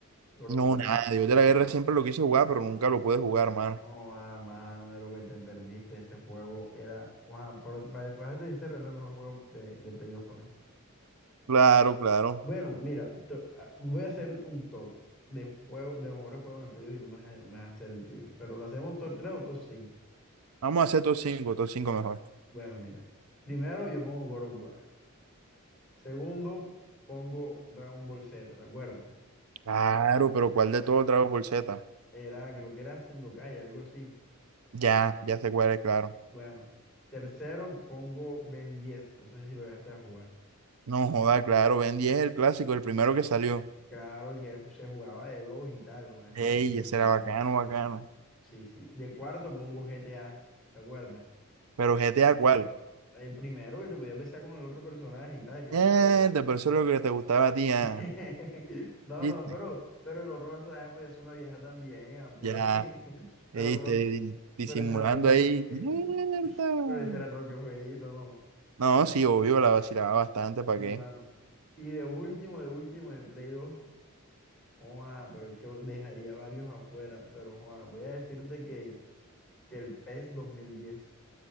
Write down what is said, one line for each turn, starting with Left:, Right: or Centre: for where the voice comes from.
Centre: God
Right: No,
Centre: of War.
Right: nada, Dios de la Guerra siempre lo quise jugar, pero nunca lo pude jugar, mano.
Centre: Oh, ah, mano, de lo que te perdiste ese juego era, Juan, por, para, para serte sincero, era el mejor juego de, de Play 2 para mí.
Right: Claro, claro.
Centre: Bueno, mira, te- a- voy a hacer un top de juego, de mejores juegos en el Play 2 y tú me vas, a me vas a hacer el tuyo. Pero lo hacemos top tres o top cinco.
Right: Vamos a hacer top cinco top cinco mejor.
Centre: Bueno, mira. Primero yo pongo God of War. Segundo, pongo Dragon Ball Z, ¿te acuerdas?
Right: Claro, pero ¿cuál de todo Dragon Ball Z?
Centre: Era, creo que era Sengokai, algo así.
Right: Ya, ya sé cuál es, claro.
Centre: Bueno. Tercero, pongo Ben diez, No sé si lo llegaste a jugar.
Right: No joda, claro, Ben 10 es el clásico, el primero que salió.
Centre: Claro, el que era- se jugaba de dos y tal, ¿no? Ese
Right: Ey,
Centre: era el ronque
Right: ese
Centre: jueguito.
Right: era bacano, bacano.
Centre: Sí, sí. De cuarto pongo GTA, ¿te acuerdas?
Right: Pero GTA, ¿cuál?
Centre: El primero que te podías besar con el otro personaje y tal, que,
Right: Eh,
Centre: que...
Right: de por eso lo que te gustaba a ti, ah.
Centre: <laughs> No,
Right: ¿Viste?
Centre: no, pero, pero el otro personaje podía ser una vieja también, ah, pues.
Right: Ya,
Centre: <laughs> Pero,
Right: ey, te- di- disimulando
Centre: pero ese era el que
Right: ahí.
Centre: fue... <laughs>
Right: Mierda.
Centre: Pero ese era el que fueguito, ¿no?
Right: No, sí, obvio, la vacilaba bastante, ¿para
Centre: Sí,
Right: qué?
Centre: mano. Y de último, de último, en el Play 2 joa, pero es que dejaría varios afuera, pero joa, voy a decirte que, que el PES 2010